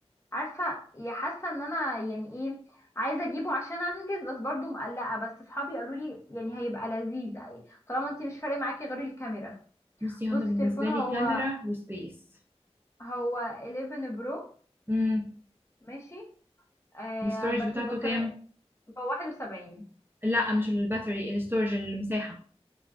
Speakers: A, on the left; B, on the right.
A: عارفه يا حاسه ان انا يعني ايه عايزه اجيبه عشان انجز بس برضو مقلقه بس صحابي قالوا لي يعني هيبقى لذيذ يعني طالما انت مش فارق معاكي غير الكاميرا
B: بصي
A: بصي
B: هو انا بالنسبه
A: تليفون هو
B: لي كاميرا وسبيس
A: هو 11 برو
B: امم
A: ماشي آه
B: الاستورج
A: بس
B: بتاعته
A: البطاريه
B: كام
A: هو 71
B: لا مش الباتري الاستورج المساحه